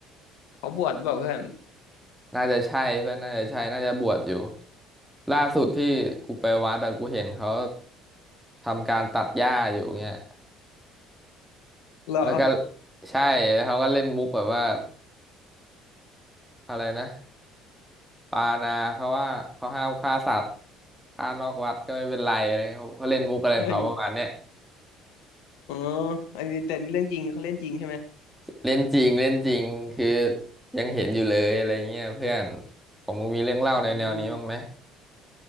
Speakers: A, on the left (about 70°); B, in the centre.
A: เขาบวชหรือเปล่าเพื่อน
B: น่าจะใช่เพื่อนน่าจะใช่น่าจะบวชอยู่ล่าสุดที่กูไปวัดอะกูเห็นเขาทำการตัดหญ้าอยู่เงี้ย
A: หล่อ
B: แล้วก็ใช่แล้วเขาก็เล่นมุกแบบว่าอะไรนะปานาเขาว่าเขาห้ามฆ่าสัตว์ฆ่านอกวัดก็ไม่เป็นไรอะไรเขาเขาเล่นมุกอะไรของเขาประมาณเนี้ย
A: เอ้ยอ๋ออันนี้แต่นี่เรื่องจริงเขาเล่นจริงใช่ไหม
B: เล่นจริงเล่นจริงคือยังเห็นอยู่เลยอะไรเงี้ยเพื่อนของมึงมีเรื่องเล่าแนวแนวนี้บ้างไหม
A: อืม